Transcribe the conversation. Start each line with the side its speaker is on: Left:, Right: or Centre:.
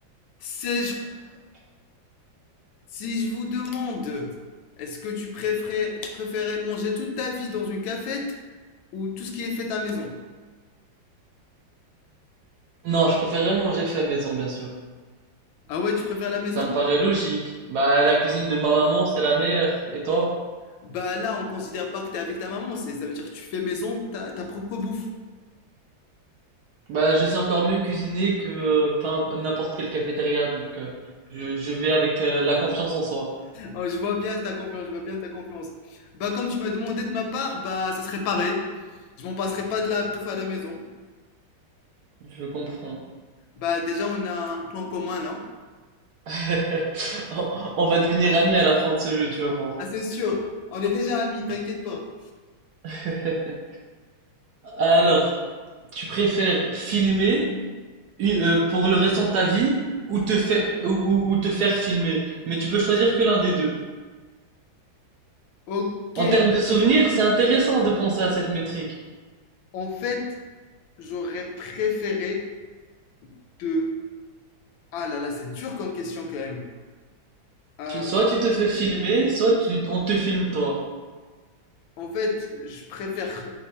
Left: si je, si je vous demande, est-ce que tu préférais, tu préférais manger toute ta vie dans une cafette ou tout ce qui est fait à maison
Right: Non, je préférerais manger fait maison, bien sûr.
Left: Ah ouais, tu préfères la maison
Right: Ça me paraît logique. Bah la cuisine de ma maman, c'est la meilleure. Et toi?
Left: Bah là, on considère pas que t'es avec ta maman, c'est ça veut dire que tu fais maison, ta, ta propre bouffe.
Right: Bah je sais encore mieux cuisiner que euh, peu imp- n'importe quelle cafétéria, donc euh, je, je vais avec euh, la confiance en soi.
Left: Oh, je vois bien ta confiance, je vois bien ta confiance. Bah, comme tu m'as demandé de ma part, bah, ça serait pareil. Je m'en passerai pas de la bouffe à la maison.
Right: Je comprends.
Left: Bah, déjà, on a un point commun, là.
Right: <laughs> On on va devenir amis à la fin de ce jeu, tu vas voir.
Left: Ah, c'est sûr. On est déjà amis, t'inquiète pas.
Right: <laughs> Alors, tu préfères filmer u- euh, pour le restant de ta vie ou te faire ou, ou- ou te faire filmer, mais tu peux choisir que l'un des deux.
Left: Ok.
Right: En termes de souvenirs, c'est intéressant de penser à cette métrique.
Left: En fait, j'aurais préféré te... Ah là là, c'est dur comme question, quand même. Euh,
Right: Tu- soit tu te fais filmer, soit tu- on te filme toi.
Left: en fait, je préfère...